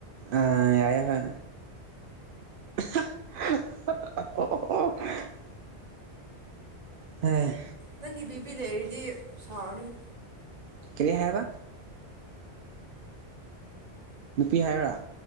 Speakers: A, on the right; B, on the right.
A: ꯑ ꯌꯥꯌꯥ ꯍꯥꯏ ꯑꯣ ꯎꯝ
B: ꯅꯪꯒꯤ ꯕꯦꯕꯤ ꯂꯩꯔꯗꯤ ꯁꯥꯎꯔꯅꯤ
A: ꯀꯔꯤꯌꯥꯕ ꯅꯨꯄꯤ ꯍꯥꯏꯕ꯭ꯔꯥ